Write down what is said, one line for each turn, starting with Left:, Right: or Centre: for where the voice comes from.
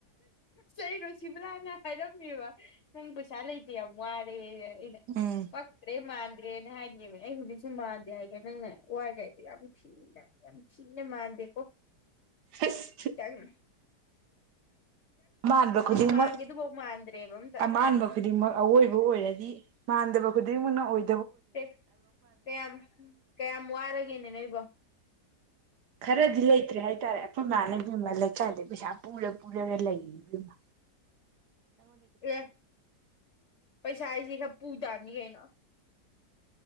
Left: ꯆꯩꯔꯣ ꯁꯤꯕ꯭ꯔꯥꯅ ꯍꯥꯏꯔꯝꯃꯦꯕ ꯅꯪ ꯄꯩꯁꯥ ꯂꯩꯇꯦ ꯌꯥꯝ ꯋꯥꯔꯦ ꯏꯅꯦ
Right: ꯎꯝ
Left: ꯄꯈ꯭ꯔꯦ ꯃꯥ ꯃꯥꯟꯗ꯭ꯔꯦꯅ ꯍꯥꯏꯅꯤꯕ ꯑꯩ ꯍꯧꯖꯤꯛꯁꯨ ꯃꯥꯟꯗꯦ ꯍꯥꯏꯒꯦ ꯅꯪꯅ ꯋꯥꯏ ꯀꯥꯏꯗꯣ ꯌꯥꯝ ꯊꯤꯅ ꯌꯥꯝ ꯊꯤꯅ ꯃꯥꯟꯗꯦꯀꯣ
Right: ꯑꯁ
Left: ꯇꯪ
Right: ꯑꯃꯥꯟꯕ ꯈꯨꯗꯤꯡꯃꯛ
Left: ꯃꯥꯟꯒꯦꯗꯨꯐꯥꯎ ꯃꯥꯟꯗ꯭ꯔꯦꯕ ꯑꯝꯇ
Right: ꯑꯃꯥꯟꯕ ꯈꯨꯗꯤꯡꯃꯛ ꯑꯋꯣꯏꯕ ꯑꯣꯏꯔꯗꯤ ꯃꯥꯟꯗꯕ ꯈꯨꯗꯤꯡꯃꯛꯅ ꯑꯣꯏ
Left: ꯦ ꯀꯌꯥꯝ ꯀꯌꯥꯝ ꯋꯥꯔꯒꯦꯅꯦ ꯅꯣꯏꯕꯣ
Right: ꯈꯔꯗꯤ ꯂꯩꯇ꯭ꯔꯦ ꯍꯥꯏꯇꯥꯔꯦ ꯑꯩꯈꯣꯏ ꯏꯃꯅꯕꯤꯃ ꯂꯩꯀꯥꯏꯗ ꯄꯩꯁꯥ ꯄꯨꯔ ꯄꯨꯔꯒ ꯂꯩꯃ
Left: ꯑꯦ ꯄꯩꯁꯥꯥꯏꯁꯤ ꯈ ꯄꯨ ꯇꯥꯕꯅꯤ ꯀꯩꯅꯣ